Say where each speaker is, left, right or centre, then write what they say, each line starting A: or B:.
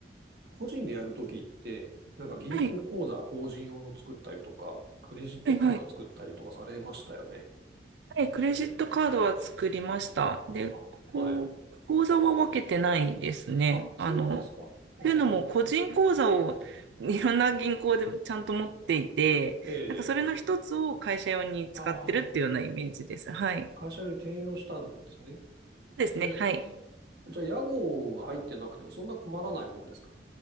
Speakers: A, on the right; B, on the right.
A: 個人でやるときって、なんか銀行口座、
B: はい、
A: 法人用の作ったりとか、クレジットカード作ったりとかされましたよね。
B: はい、はい。はい、クレジットカードは作りました。で、
A: あ、
B: こう、
A: はい。
B: 口座は分けてないですね。
A: あ、そうなんですか。
B: あの、
A: あー
B: というのも、個人口座をいろんな銀行でちゃんと持っていて、
A: ええ。
B: なんかそれの一つを会社用に使ってるっていうようなイメージです。
A: ああ、
B: はい。
A: 会社に転用したんですね。
B: そうですね。
A: じゃ、
B: はい。
A: じゃあ、屋号が入ってなくてもそんな困らないもんですか